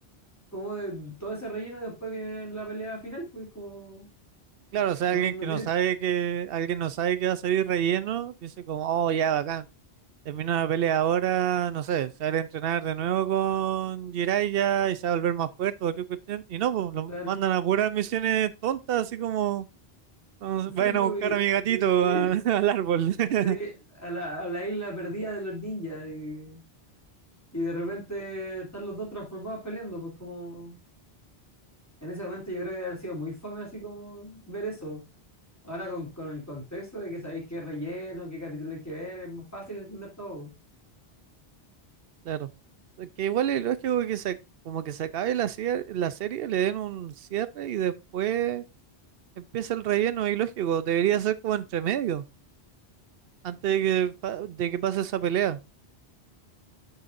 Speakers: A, on the left; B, on the right.
A: Cómo de- todo ese relleno después viene en la pelea final, pues como,
B: Claro, o sea,
A: no,
B: alguien
A: no
B: que
A: tiene,
B: no sabe
A: sentido,
B: que, alguien no sabe que va a salir relleno, dice como, oh, ya, bacán. Termina la pelea ahora, no sé, sale a entrenar de nuevo con Jiraiya y se va a volver más fuerte o cualquier cuestión. Y no, pues lo
A: claro.
B: mandan a puras misiones tontas, así como "Ah,
A: Sí,
B: vayan
A: pues,
B: a buscar a mi gatito
A: y, y-
B: a- <laughs> al árbol. <laughs>
A: sí, a la, a la isla perdida de los ninjas, y, y de repente están los dos transformados peleando, pues como, en ese momento yo creo que habría sido muy fome así como ver eso. Ahora con, con el contexto de que sabéis qué relleno, qué capítulo hay que ver, es más fácil entender todo.
B: Claro. Que igual es lógico que se, como que se acabe la, cier- la serie, le den un cierre y después empieza el relleno, y lógico. Debería ser como entre medio, antes de que, pa- de que pase esa pelea.